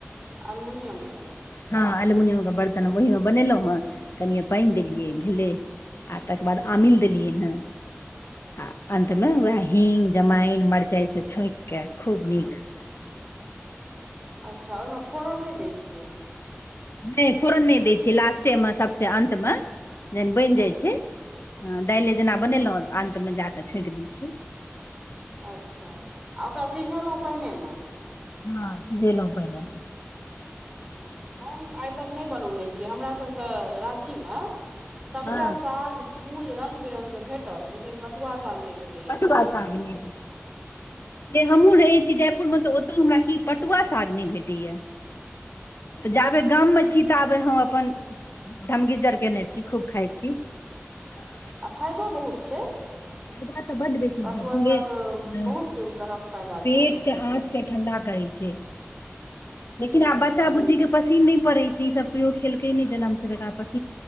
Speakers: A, on the right; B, on the left.
A: अलमुनियमके
B: हँ अलमुनियम के बर्तन ओहि मे बनेलहुँं हे कनिये पानि देलियै भेलै आ तकर बाद आमिल देलियै हेँ आ अन्तमे वैह हींग, जमाइन, मरचाइसे छौंक के खूब नीक <unintelligible>
A: अच्छा ओहिमे फोरन नहि दै छियै?
B: नहि फोरन नहि दै छै लास्टेमे सभसँ अन्तमे जहन बनि जाइ
A: अच्छा
B: छै हँ दालिए जेना बनेलहुँ अन्तमे जा के छोंकि दैत छियै।
A: अच्छा आ ओकरा सिझेलहुँ पाइनेमे?
B: हँ सिझेलहुं पाइने मे।
A: अच्छा! हम आइ तक नहि बनौने छी, हमरासभके राँचीमे सबटा
B: हँ
A: साग, फूल रंग बिरंगक भेटत, लेकिन पटुआ साग नहि भेटैया
B: ब
A: कहियो
B: ब हमू र <unintelligible> जयपुर मे तऽ, ओतौ हमरा की पटुआ साग नहि भेटैया। तऽ जाबे गाममे छी, ताअबे हम अपन धमगीजर केने छी, खूब खाइ छी। आ
A: आ फायदो बहुत छै।
B: फायदा तऽ बड बेसी
A: पटुआ
B: भे,
A: साग
B: ह
A: बहुत तरहक फायदा
B: पेटके
A: छै
B: आ के ठणडा करै छै, लेकिन
A: जी
B: आब बच्चा बुचजी के पसीन नहि पड़े छै, ई सब केयो खेलके न नहि जनम से आइ तक।